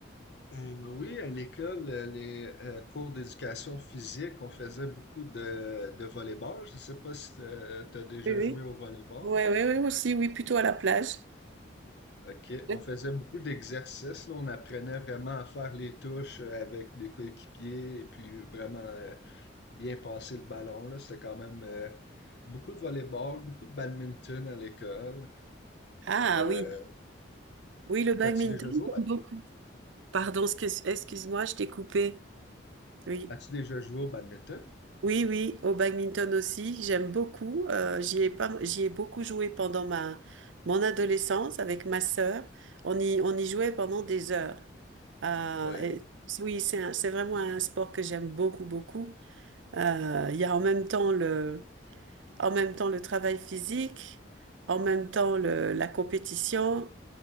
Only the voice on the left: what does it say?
Euh, oui, à l'école, euh, les euh, cours d'éducation physique, on faisait beaucoup de, de volleyball. Je sais pas si tu as déjà
joué au volleyball.
OK.
On faisait beaucoup d'exercices. Là. On apprenait vraiment à faire les touches euh, avec des coéquipiers et puis vraiment euh, bien passer le ballon. Là. C'était quand même euh, beaucoup de volleyball, beaucoup de badminton à l'école.
Euh,
t'as-tu déjà joué
au bad-
as-tu déjà joué au badminton?
Oui.